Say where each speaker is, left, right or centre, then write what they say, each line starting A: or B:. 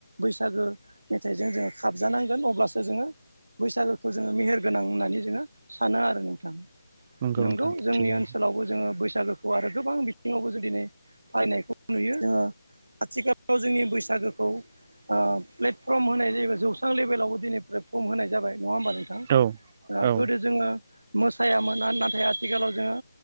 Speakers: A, on the right; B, on the right.
A: बैसागो मेथाइजों जोङो खाबजानांगोन अब्लासो जोङो बैसागोखौ जोङो मेहेर गोनां होननानै जो जोङो सानो आरो नोंथां
B: नंगौ
A: नोंगौ
B: नोंथां
A: जोंनि
B: थिगानो
A: ओनसोलावबो जोङो बैसागोखौ आरो गोबां बिथिङावबो जुदि नै फालिनायखौ नुयो ओ आथिखालाव औ जोंनि बैसागोखौ ओ प्लेटफ्रम होनाय जायोबा जौस्रां लेभेलावबो दिनै प्लेटफ्रम होनाय जाबाय नङा होमबा नोंथां।
B: औ
A: आ
B: औ
A: गोदो जोङो मोसायामोन नाथाय आथिखालाव जोङो